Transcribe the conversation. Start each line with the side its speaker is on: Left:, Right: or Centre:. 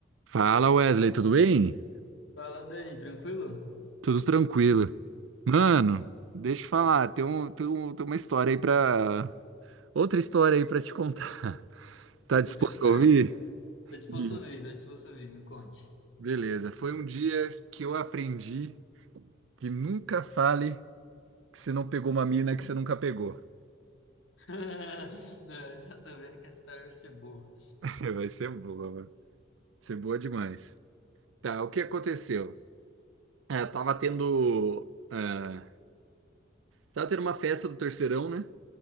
Right: Fala Wesley, tudo bem?
Left: Fala, Dani, tranquilo?
Right: Tudo tranquilo. Mano, deixa eu falar, tem, um, tem, um- tem uma história aí pra. Outra história aí pra te contar. Tá disposto
Left: Outra história?
Right: a ouvir?
Left: Tô disposto
Right: Sim.
Left: a ouvir, tô disposto a ouvir, me conte.
Right: Beleza, foi um dia que eu aprendi que nunca fale que você não pegou uma mina que você nunca pegou.
Left: <laughs> Não, já tô vendo que essa história vai ser boa.
Right: <laughs> Vai ser boa, mano. Vai ser boa demais. Tá, o que aconteceu? É, tava tendo. é, tava tendo uma festa do terceirão, né?